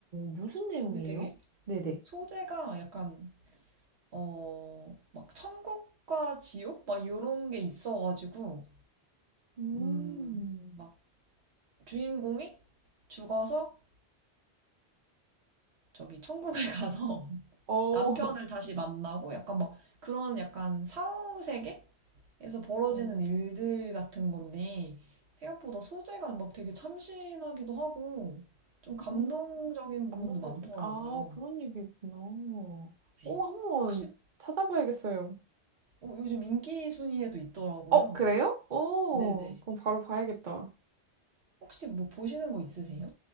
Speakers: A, on the right (about 50°); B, on the right (about 75°).
A: 무슨 내용이에요?
B: 근데 되게
A: 네네.
B: 소재가 약간 어, 막 천국과 지옥? 막 요런 게 있어가지고
A: 음,
B: 음, 막 주인공이 죽어서 저기 천국에 <laughs> 가서
A: 어,
B: 남편을
A: <laughs>
B: 다시 만나고 약간 막 그런 약간 사후 세계에서 벌어지는
A: 어,
B: 일들 같은 건데 생각보다 소재가 막 되게 참신하기도 하고 좀 감동적인
A: 음,
B: 부분도
A: 감동적인.
B: 많더라고요.
A: 아, 그런 얘기구나.
B: 네.
A: 오, 한 번
B: 혹시
A: 찾아봐야겠어요.
B: 어, 요즘 인기 순위에도 있더라고요.
A: 어, 그래요? 오,
B: 네네.
A: 그럼 바로 봐야겠다.
B: 혹시 뭐 보시는 거 있으세요?